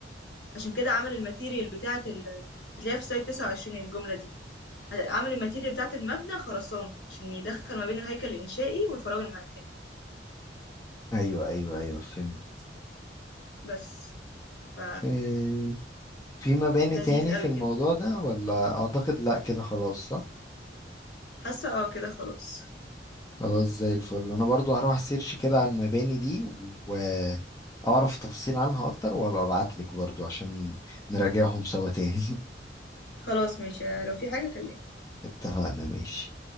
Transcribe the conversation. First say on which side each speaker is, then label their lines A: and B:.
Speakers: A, on the left; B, on the left.
A: عشان كده عمل الماتيريال بتاعه ال... هتلاقيها في سلايد 29 الجمله دي عمل الماتيريال بتاعه المبنى خرسانه عشان يدخل ما بين الهيكل الانشائي والفراغ المعماري
B: ايوه ايوه ايوه فهمت
A: بس ف
B: آه في مباني
A: لذيذ
B: تاني
A: قوي
B: في
A: كده
B: الموضوع ده ولا اعتقد لا كده خلاص
A: حاسة اه كده خلاص
B: خلاص زي الفل انا برضو هروح سيرش كده على المباني دي واعرف تفاصيل عنها اكتر وهبقى ابعتلك برضو عشان نراجعهم سوا تاني <laughs>
A: خلاص ماشي لو في حاجة كلمني
B: اتفقنا ماشي